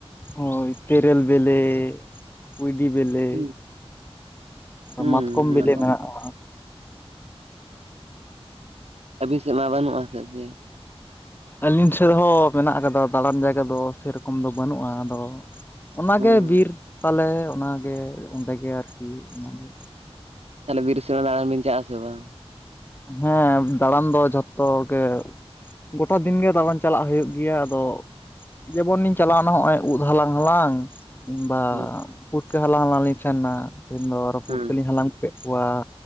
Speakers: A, on the left; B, on the right.
A: ᱦᱳᱭ ᱛᱮᱨᱮᱞ ᱵᱮᱞᱮ᱾ ᱠᱩᱸᱭᱰᱤ ᱵᱮᱞᱮ
B: ᱦᱩᱸ
A: ᱟᱨ
B: ᱦᱩᱸ
A: ᱢᱟᱛᱠᱚᱢ ᱵᱮᱞᱮ
B: ᱚᱱᱟ ᱠᱚ
A: ᱢᱮᱱᱟᱜ-ᱟ᱾
B: ᱟᱹᱵᱤᱱ ᱥᱮᱜ ᱢᱟ ᱵᱟᱹᱱᱩᱜ-ᱟ ᱥᱮ ᱪᱮᱜ?
A: ᱟᱹᱞᱤᱧ ᱥᱮᱫ ᱦᱚᱸ ᱢᱮᱱᱟᱜ ᱠᱟᱫᱟ ᱫᱟᱸᱬᱟᱱ ᱡᱟᱭᱜᱟ ᱫᱚ ᱥᱮᱨᱚᱠᱚᱢ ᱫᱚ ᱵᱟᱹᱱᱩᱜ-ᱟ ᱟᱫᱚ ᱚᱱᱟᱜᱮ
B: ᱦᱩᱸ
A: ᱵᱤᱨ ᱛᱟᱞᱮ ᱚᱱᱟᱜᱮ ᱚᱸᱰᱮᱜᱮ ᱟᱨᱠᱤ ᱚᱱᱟᱜᱮ
B: ᱛᱟᱦᱞᱮ ᱵᱤᱨ ᱥᱮᱜ ᱦᱚᱸ ᱫᱟᱸᱬᱟᱱ ᱵᱤᱱ ᱪᱟᱜ-ᱟ ᱥᱮ ᱵᱟᱝ?
A: ᱦᱮᱸ ᱫᱟᱸᱬᱟᱱ ᱫᱚ ᱡᱷᱚᱛᱚ ᱜᱮ ᱜᱚᱴᱟ ᱫᱤᱱ ᱜᱮ ᱫᱟᱸᱬᱟᱱ ᱪᱟᱞᱟᱜ ᱦᱳᱭᱳᱜ ᱜᱮᱭᱟ ᱟᱫᱚ ᱡᱮᱢᱚᱱᱤᱧ ᱪᱟᱞᱟᱣᱱᱟ ᱦᱚᱸᱜ-ᱚᱭ ᱩᱫ ᱦᱟᱞᱟᱝ ᱦᱟᱞᱟᱝ ᱠᱤᱝᱵᱟ
B: ᱦᱩᱸ
A: ᱯᱩᱴᱠᱟᱹ ᱦᱟᱞᱟᱝ ᱦᱟᱞᱟᱝ ᱞᱤᱧ ᱥᱮᱱ ᱱᱟ ᱛᱮᱦᱮᱱ ᱫᱚ ᱟᱨᱚ
B: ᱦᱩᱸ
A: ᱯᱩᱴᱠᱟᱹᱞᱤᱧ ᱦᱟᱞᱟᱝ ᱠᱮᱜ ᱠᱚᱣᱟ